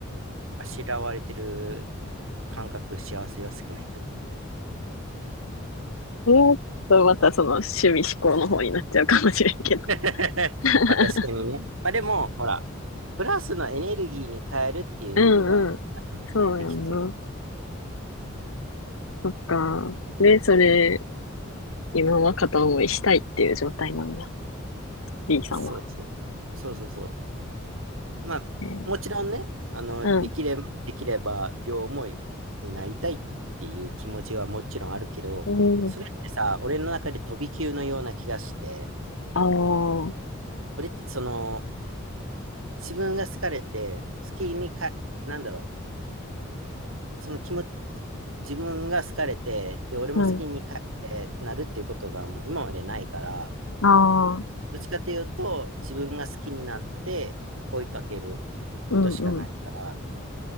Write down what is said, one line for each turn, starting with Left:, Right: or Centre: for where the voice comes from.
Right: あしらわれてる感覚、幸せよ、好きな人に。
Left: もっとまたその趣味思考の方になっちゃうかもしれんけど。
Right: <laughs>
Left: <laughs>
Right: まあ確かにね。まあでも、ほら、プラスのエネルギーに変えるっていう意味では、
Left: うんうん。
Right: ね、
Left: そうやんな。
Right: できてる。うん
Left: そっか。で、それ、今は片思いしたいっていう状態なんや。B さんは。
Right: そうそう。そうそうそう。まあ、
Left: えー
Right: もちろんね、あの、
Left: うん。
Right: できれ、できれば両思いになりたいっていう気持ちはもちろんあるけど、
Left: うん。
Right: それってさ、俺の中で飛び級のような気がして、
Left: ああ。
Right: 俺ってその、自分が好かれて、好きにか、なんだろう、その気持ち、自分が好かれて、で、俺も好きにか、
Left: うん。
Right: えーなるっていうことがもう今までないから、
Left: ああ。
Right: どっちかというと、自分が好きになって追いかけることしかないから、
Left: うんうん。